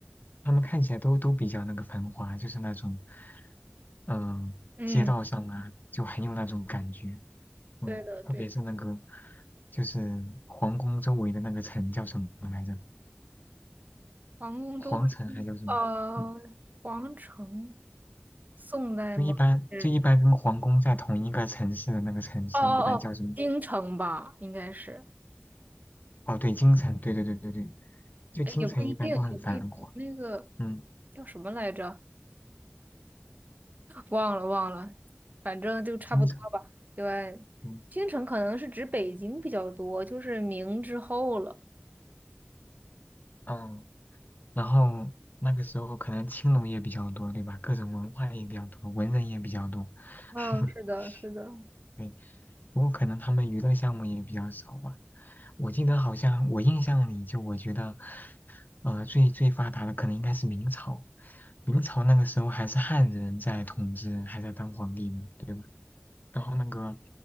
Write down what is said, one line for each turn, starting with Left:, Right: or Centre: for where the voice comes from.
Left: 他们看起来都都比较那个繁华，就是那种嗯、呃街道上啊，
Right: 嗯，
Left: 就很有那种感觉，嗯，
Right: 对的，
Left: 特别是那个
Right: 对的。
Left: 就是皇宫周围的那个城叫什么来着？
Right: 皇宫周围是呃皇城，
Left: 皇城还叫什么？嗯
Right: 宋代吗？
Left: 就一般就一般跟皇宫在同一个城市的那个城市，
Right: 是哦哦哦，
Left: 一般叫什么？
Right: 京城吧，应该是。
Left: 哦，对，京城，对对对对对，就京城一般都很繁华，
Right: 哎，也不一定，也不一定。那个
Left: 嗯，
Right: 叫什么来着？忘了忘了，反正就差不多吧。
Left: 京城，
Right: 对，
Left: 嗯
Right: 京城可能是指北京比较多，就是明之后了。
Left: 嗯，然后那个时候可能青楼也比较多，对吧？各种文化也比较多，文人也比较多，
Right: 嗯、
Left: <laughs>
Right: 是的，是的。
Left: 对。不过可能他们娱乐项目也比较少吧。我记得好像我印象里，就我觉得，呃，最最发达的可能应该是明朝。明朝那个时候还是汉人在统治，还在当皇帝呢，对吧？然后那个，